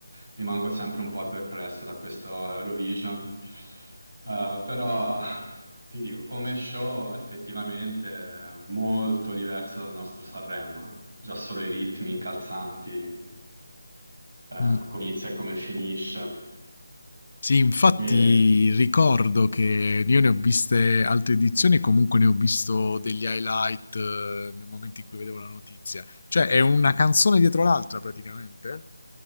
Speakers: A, on the right; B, on the left.
A: rimango sempre un po' perplesso da questo Eurovision. Eh, però ti dico, come show effettivamente è molto diverso dal nostro Sanremo, eh. Già solo i ritmi incalzanti, eh,
B: Mm.
A: come inizia e come finisce.
B: Sì, infatti
A: E
B: ricordo che io ne ho viste altre edizioni e comunque ne ho visto degli highlight eh, nel momento in cui vedevo la notizia. Cioè, è una canzone dietro l'altra praticamente?